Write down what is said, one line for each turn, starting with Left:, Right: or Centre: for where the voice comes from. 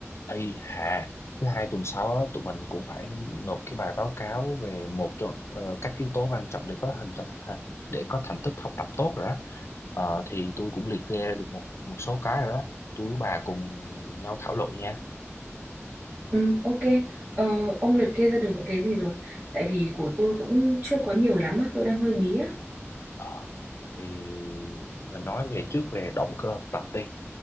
Left: Ây hà, thứ hai tuần sau á, tụi mình cũng phải nộp cái bài báo cáo về một trong ờ, các yếu tố quan trọng để có hình để có thành tích học tập tốt rồi đó. Ờ, thì tôi cũng liệt kê ra được một một số cái rồi đó. Tôi với bà cùng nhau thảo luận nha.
Right: Ừ, ok. Ờ, ông liệt kê ra được những cái gì rồi? Tại vì của tôi cũng chưa có nhiều lắm á, tôi đang hơi bí á.
Left: Ờ, thì mình nói về trước về động cơ học tập đi.